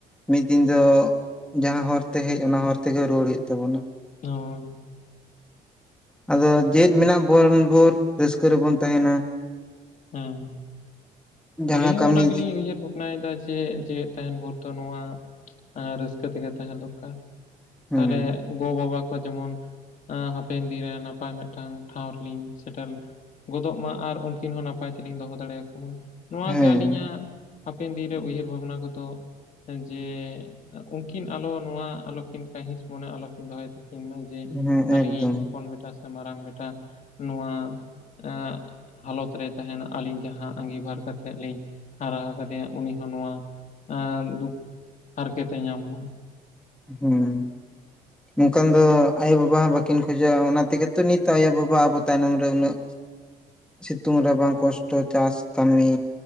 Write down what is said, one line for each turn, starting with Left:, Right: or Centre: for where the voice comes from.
Centre: ᱢᱤᱫ ᱫᱤᱱ ᱫᱚ ᱡᱟᱦᱟᱸ ᱦᱚᱨ ᱛᱮ ᱦᱮᱡ ᱚᱱᱟ ᱦᱚᱨ ᱛᱮᱜᱮ ᱨᱩᱭᱟᱹᱲ ᱦᱩᱭᱩᱜ ᱛᱟᱵᱚᱱᱟ᱾
Left: ᱦᱳᱭ
Centre: ᱟᱫᱚ ᱡᱮᱣᱮᱫ ᱢᱮᱱᱟᱜ ᱵᱚᱱ ᱵᱷᱳᱨ ᱨᱟᱹᱥᱠᱟᱹ ᱨᱮᱵᱚᱱ ᱛᱟᱦᱮᱱᱟ᱾
Left: ᱦᱮᱸ
Centre: ᱡᱟᱦᱟᱸ
Left: ᱟᱹᱞᱤᱧ ᱦᱚᱸ
Centre: ᱠᱟᱹᱢᱤ
Left: ᱚᱱᱟ ᱜᱮᱞᱤᱧ ᱩᱭᱦᱟᱹᱨ ᱵᱷᱟᱵ ᱱᱟᱭ ᱫᱟ ᱡᱮ ᱡᱮᱣᱮᱫ ᱛᱟᱦᱮᱱ ᱵᱷᱳᱨ ᱫᱚ ᱱᱚᱣᱟ ᱨᱟᱹᱥᱠᱟᱹ ᱛᱮᱜᱮ ᱛᱟᱦᱮᱸ ᱫᱚᱨᱠᱟᱨ᱾
Centre: ᱦᱮᱸ
Left: ᱛᱟᱦᱞᱮ ᱜᱚ ᱵᱟᱵᱟ ᱠᱚ ᱡᱮᱢᱚᱱ ᱦᱟᱯᱮᱱ ᱫᱤᱱᱨᱮ ᱱᱟᱯᱟᱭ ᱢᱮᱜᱴᱟᱝ ᱴᱷᱟᱶ ᱨᱤᱞᱤᱧ ᱥᱮᱴᱮᱞ ᱜᱚᱫᱚᱜ ᱢᱟ ᱟᱨ ᱩᱝᱠᱤᱱ ᱦᱚᱸ ᱱᱟᱯᱟᱭ ᱛᱮᱞᱤᱧ ᱫᱚᱦᱚ ᱫᱟᱲᱮᱭ ᱠᱚ ᱢᱟ ᱱᱚᱣᱟᱜᱮ
Centre: ᱦᱮᱸ
Left: ᱟᱹᱞᱤᱧᱟᱜ ᱦᱟᱯᱮᱱ ᱫᱤᱱᱨᱮ ᱩᱭᱦᱟᱹᱨ ᱵᱷᱟᱵᱽᱱᱟ ᱠᱚᱫᱚ᱾ ᱡᱮ ᱩᱝᱠᱤᱱ ᱟᱞᱚ ᱱᱚᱣᱟ ᱟᱞᱚ ᱠᱤᱱ ᱠᱟᱹᱦᱤᱥ ᱢᱚᱱᱮ ᱟᱞᱚ ᱠᱤᱱ ᱫᱚᱦᱚᱭ ᱛᱟᱹᱠᱤᱱ ᱠᱤᱱ ᱢᱮ ᱡᱮ
Centre: ᱦᱮᱸ
Left: ᱟᱹᱞᱤᱧᱤᱡ
Centre: ᱮᱠᱫᱚᱢ
Left: ᱦᱚᱯᱚᱱ ᱵᱮᱴᱟ ᱥᱮ ᱢᱟᱨᱟᱝ ᱵᱮᱴᱟ ᱱᱚᱣᱟ ᱮᱸᱻ ᱦᱟᱞᱚᱛ ᱨᱮ ᱛᱟᱦᱮᱱᱟ ᱟᱹᱞᱤᱧ ᱡᱟᱦᱟᱸ ᱟᱸᱜᱤᱵᱷᱟᱨ ᱠᱟᱛᱮ ᱛᱮᱜ ᱞᱤᱧ ᱦᱟᱨᱟ ᱦᱟᱠᱟᱫᱮᱭᱟ ᱩᱱᱤ ᱦᱚᱸ ᱱᱚᱣᱟ ᱫᱩᱠ ᱦᱟᱨᱠᱮᱛᱮ ᱧᱟᱢ ᱢᱟ᱾
Centre: ᱦᱩᱸ ᱱᱚᱝᱠᱟᱱ ᱫᱚ ᱟᱭᱳ ᱵᱟᱵᱟ ᱦᱚᱸ ᱵᱟᱹᱠᱤᱱ ᱠᱷᱚᱡᱚᱜ-ᱟ ᱚᱱᱟ ᱛᱮᱜᱮ ᱛᱚ ᱱᱤᱛ ᱟᱭᱚ ᱵᱟᱵᱟ ᱟᱵᱚ ᱛᱟᱭᱱᱚᱢ ᱨᱮ ᱩᱱᱟᱹᱜ ᱥᱤᱛᱩᱝ ᱨᱟᱵᱟᱝ ᱠᱚᱥᱴᱚ ᱪᱟᱥ ᱠᱟᱹᱢᱤ